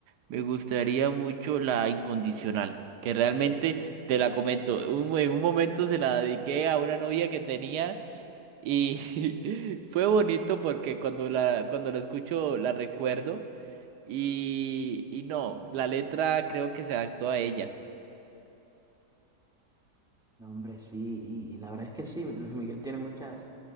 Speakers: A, on the right; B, in the centre.
A: me gustaría mucho la Incondicional, que realmente te la comento. un- en un momento se la dediqué a una novia que tenía y <laughs> fue bonito porque cuando la, cuando la escucho la recuerdo y, y no, la letra creo que se adaptó a ella.
B: no, hombre, sí. Y, y la verdad es que sí, Luis Miguel tiene muchas,